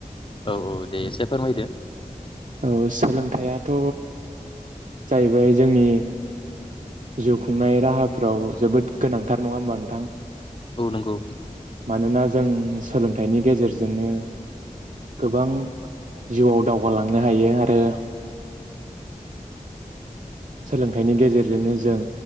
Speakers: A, on the left (about 35°); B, on the right (about 60°).
A: औ औ दे एसे फोरमायदो
B: औ सोलोंथाइयाथ जाहैबाय जोंनि जिउ खुंनाय राहाफ्राव जोबोद गोनांथार नङा होमबा नोंथां
A: औ नंगौ
B: मानोना जों सोलोंथाइनि गेजेरजोंनो गोबां जिउआव दावगालांनो हायो आरो सोलोंथाइनि गेजेरजोंनो जों